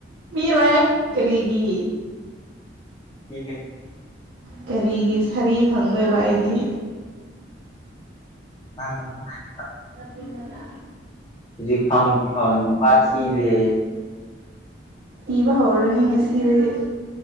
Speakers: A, on the right (about 75°); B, on the left (about 25°).
A: ꯄꯤꯔꯣꯏ ꯀꯔꯤꯒꯤ
B: ꯍꯒ
A: ꯀꯔꯤꯒꯤ ꯁꯔꯤꯞ ꯐꯪꯗꯣꯏꯕ ꯑꯩꯅꯤ
B: ꯅꯪ ꯅꯨꯡꯉꯥꯏ
A: ꯐꯅꯅ
B: ꯍꯧꯖꯤꯛ ꯊꯥꯎ ꯀꯥꯁꯤꯤꯁꯦ
A: ꯄꯤꯕ ꯍꯧꯔꯅꯤ ꯉꯁꯤꯗꯒꯤ